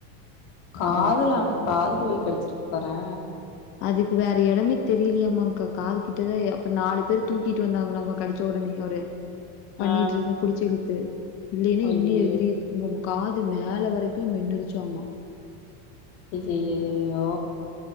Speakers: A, on the left; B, on the left.
A: காதுலானா
B: ஆ
A: காதுல போய் கெடச்சுருக்கு பாறே
B: அதுக்கு வேற எடமே தெரியிலயாம்மாங்க்கா காது கிட்டதா அப்புறோ நாலு பேரு தூக்கிட்டு வந்தாங்களாமா கடுச்ச ஒடனே அவரு
A: ஆ
B: பண்ணிட்ருந்து புடுச்சு இழுத்து இல்லைன்னா
A: ஐயையோ
B: இன்னி எகிரி இருக்குங்களாமா காது மேல வரைக்கு மென்னுருச்சாமா
A: ஐயையையையோ